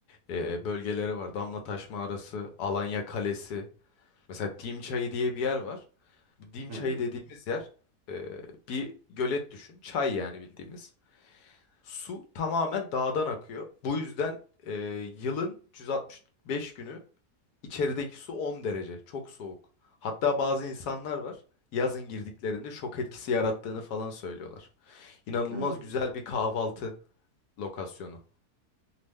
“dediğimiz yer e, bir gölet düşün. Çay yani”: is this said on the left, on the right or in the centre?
Left